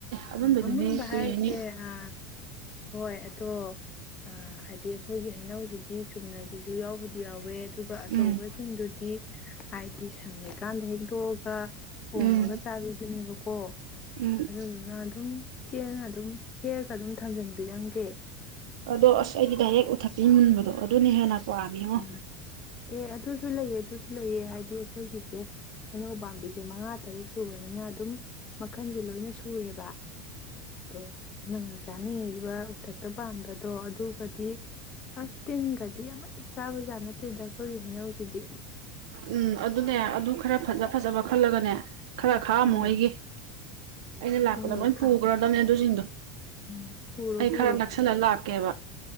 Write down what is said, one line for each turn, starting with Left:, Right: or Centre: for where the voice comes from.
Right: ꯑꯃꯨꯟꯕꯗꯨꯗꯤ
Left: ꯑ ꯑꯃꯨꯟꯕ
Right: ꯀꯨꯏꯔꯅꯤ
Left: ꯍꯥꯏꯁꯦ ꯑꯥ ꯍꯣꯏ ꯑꯣ ꯍꯥꯏꯗꯤ ꯑꯩꯈꯣꯏꯒꯤ ꯍꯩꯅꯧꯁꯤꯗꯤ ꯆꯨꯝꯅꯒꯤꯁꯨ ꯌꯥꯎꯕꯗꯤ ꯌꯥꯎꯋꯦ ꯑꯗꯨꯒ ꯑꯆꯧꯕꯁꯤꯡꯗꯨꯗꯤ
Right: ꯎꯝ
Left: ꯍꯥꯏꯗꯤ ꯁꯪꯉꯤꯀꯥꯟꯗ ꯍꯦꯛꯛꯇꯣꯛꯑꯒ ꯍꯣꯝꯃꯒ
Right: ꯎꯝ
Left: ꯆꯥꯕꯤꯗꯨꯅꯦꯕ ꯀꯣ
Right: ꯎꯝ
Left: ꯑꯗꯨꯗꯨꯅ ꯑꯗꯨꯝ ꯆꯦ ꯑꯗꯨꯝ ꯍꯦꯛꯒ ꯑꯗꯨꯝ ꯊꯝꯖꯟꯕꯤꯔꯝꯒꯦ
Right: ꯑꯗꯣ ꯑꯁ ꯑꯩꯗꯤ ꯗꯥꯏꯔꯦꯛ ꯎꯊꯛꯇꯒꯤ ꯃꯨꯟꯕꯗꯣ ꯑꯗꯨꯅ ꯍꯦꯟꯅ ꯄꯥꯝꯃꯤ ꯉꯣ
Left: ꯎꯝ ꯑꯦ ꯑꯗꯨꯨ ꯁꯨ ꯂꯥꯏ ꯑꯗꯨꯁꯨ ꯂꯩꯌꯦ ꯍꯥꯏꯗꯤ ꯑꯩꯈꯣꯏꯒꯤꯁꯦ ꯍꯩꯅꯧ ꯄꯥꯝꯕꯤꯁꯦ ꯃꯉꯥ ꯇꯔꯨꯛ ꯁꯨꯕꯅꯤꯅ ꯑꯗꯨꯝ ꯃꯈꯟꯁꯦ ꯂꯣꯏꯅ ꯁꯨꯔꯦꯕ ꯑꯗꯣ ꯅꯪꯅ ꯆꯥꯅꯤꯡꯉꯤꯕ ꯎꯊꯛꯇ ꯄꯥꯟꯕꯗꯣ ꯑꯗꯨꯒꯗꯤ ꯑꯁ ꯇꯤꯟꯒꯗꯤ ꯑꯃ ꯆꯥꯕꯖꯥꯠ ꯅꯠꯇꯦꯗ ꯑꯩꯈꯣꯏꯒꯤ ꯍꯩꯅꯧꯁꯤꯗꯤ
Right: ꯎꯝ ꯑꯗꯨꯅꯦ ꯑꯗꯨ ꯈꯔ ꯐꯖ ꯐꯖꯕ ꯈꯜꯂꯒꯅꯦ ꯈꯔ ꯈꯥꯝꯃꯣ
Left: ꯎꯝ
Right: ꯑꯩꯒꯤ ꯑꯩꯅ ꯂꯥꯛꯀꯗ
Left: ꯍꯣꯏ ꯍꯣꯏ ꯀꯥ
Right: ꯄꯨꯡꯛꯔꯣꯗꯝ ꯅ ꯑꯗꯨ ꯁꯤꯁꯤꯡꯗꯣ
Left: ꯎꯝ ꯄꯨꯔꯣ
Right: ꯑꯩ
Left: ꯄꯨꯔꯣ
Right: ꯈꯔ ꯅꯛꯁꯜꯂ ꯂꯥꯛꯀꯦ ꯑꯣ ꯀꯦꯕ